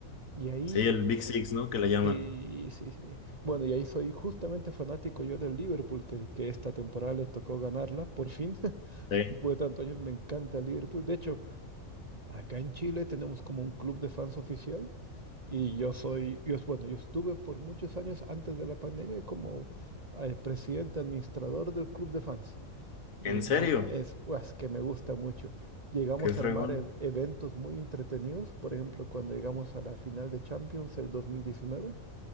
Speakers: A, on the right (about 35°); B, on the left (about 75°).
A: Y ahí,
B: Sí, el Big Six, ¿no? Que le llaman.
A: sí, sí, sí. Bueno, y ahí soy justamente fanático yo del Liverpool, que, que esta temporada le tocó ganarla, por fin. <laughs>
B: Sí.
A: Después de tantos años me encanta el Liverpool. De hecho, acá en Chile tenemos como un club de fans oficial. Y yo soy, yo, es- bueno, yo estuve por muchos años antes de la pandemia como eh, presidente administrador del club de fans. Y
B: ¿En serio?
A: nada, es pues, que me gusta mucho. Llegamos
B: Qué
A: a armar
B: fregón.
A: e- eventos muy entretenidos. Por ejemplo, cuando llegamos a la final de Champions el 2019,